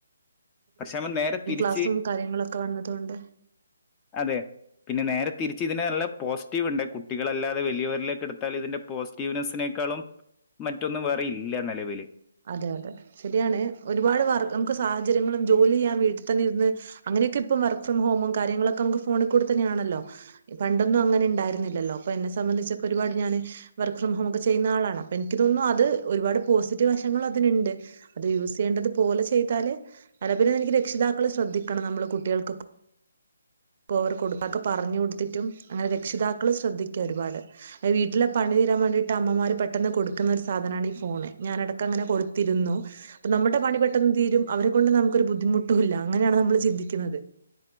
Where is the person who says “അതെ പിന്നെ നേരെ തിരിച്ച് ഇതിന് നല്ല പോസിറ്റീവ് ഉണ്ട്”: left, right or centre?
Left